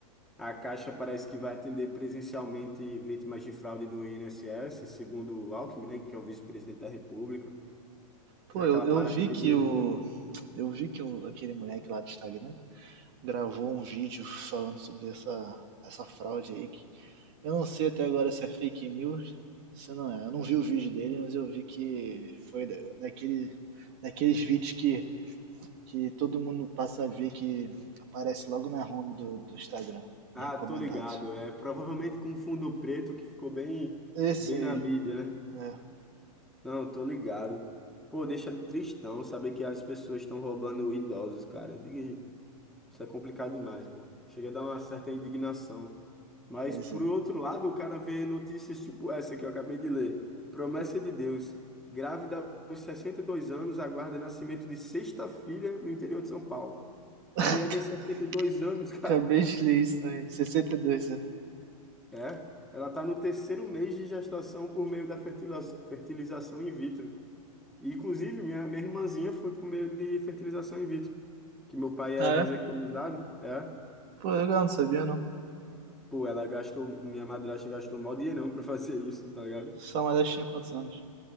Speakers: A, in the centre; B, on the right (about 40°).
A: A Caixa parece que vai atender presencialmente vítimas de fraude do INSS, segundo o Alckmin, né, que é o vice-presidente da República.
B: Pô,
A: Tem aquela
B: eu, eu
A: parada
B: vi
A: ali
B: que
A: do
B: o.
A: rombo.
B: Eu vi que o- aquele moleque lá do Instagram gravou um vídeo falando sobre essa, essa fraude aí. que- eu não sei até agora se é fake news, se não é. Eu não vi o vídeo dele, mas eu vi que foi da- daquele, daqueles vídeos que, que todo mundo passa a ver que aparece logo na home do, do Instagram,
A: Ah,
B: em recomendados.
A: tô ligado. É provavelmente com um fundo preto que ficou bem,
B: Esse
A: bem
B: aí,
A: na mídia, né?
B: é,
A: Não, tô ligado. Pô, deixa tristão saber que as pessoas estão roubando idosos, cara. Diga Isso é complicado demais, pô. Chega a dar uma certa indignação. Mas,
B: pois
A: por
B: é.
A: outro lado, o cara vê notícias tipo essa que eu acabei de ler. Promessa de Deus. Grávida aos 62 anos aguarda nascimento de sexta filha no interior de São Paulo.
B: <laughs>
A: A mulher tem 62 anos, <laughs> cara.
B: Acabei de ler isso aí, 62, né?
A: É. Ela tá no terceiro mês de gestação por meio da fertila- fertilização in vitro. E, inclusive, minha, minha irmãzinha foi por meio de fertilização in vitro. Que meu pai é
B: Ah,
A: vasectomizado.
B: é?
A: É.
B: Pô, legal, não sabia não.
A: Pô, ela gastou, minha madrasta gastou mó dinheirão pra fazer isso, tá ligado?
B: São Elas tinha quantos anos?